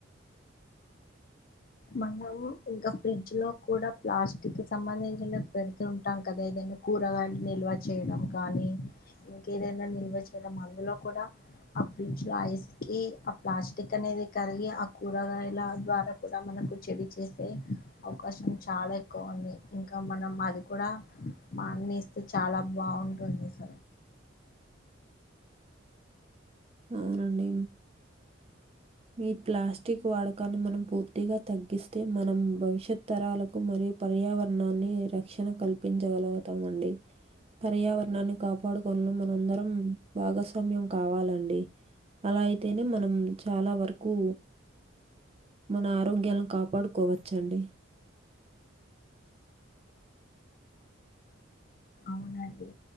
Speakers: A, on the left; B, on the right.
A: మనము ఇంకా ఫ్రిడ్జ్ లో కూడా ప్లాస్టిక్ సంబంధించిన పెడుతుంటామ్ కదా ఏదన్ కూరగాయ్ ల్ నిల్వ చేయ్ డం కానీ ఇంకేదైనా నిల్వ చేయ్ డం అందులో కూడా ఆ ఫ్రిడ్జ్ ల ఐస్ కి ఆ ప్లాస్టిక్ అనేది కరిగి ఆ కూరగాయ్ ల ద్వారా పే లా మనకు చెడు చేసే అవకాశం చాలా ఎక్కువుంది ఇంకా మనం అది కూడా మానేస్తే చాలా బాఉంటుందిస
B: ఔనండి ఈ ప్లాస్టిక్ వాడక్ కానీ మనం పూర్తిగా తగ్గిస్తే మనం భవ్ ష్యత్ తరాలకు మరియు పర్యావర్ ణాన్ని రక్ష్ ణ కల్ పించగలగుతామండి పర్యావర్ ణాన్ని కాపాడుకొందం మనందరమ్ భాగస్వామ్యం కావాలండ్ డి అలా ఐతేనే మనం చాలా వరుకు మన ఆరోగ్యాల్ను కాపాడుకోవచ్చండి
A: ఔనండి